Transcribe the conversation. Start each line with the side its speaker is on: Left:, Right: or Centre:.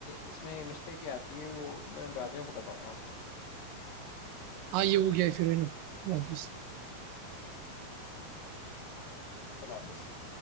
Left: اس میں مسٹیک یہ آتی ہے وہ میں بعد میں بتا پاؤں گا ابھی
Right: ہے ہو گیا ہے پھر ہے نا اللہ حافظ
Left: اچھا اچھا تود حافظ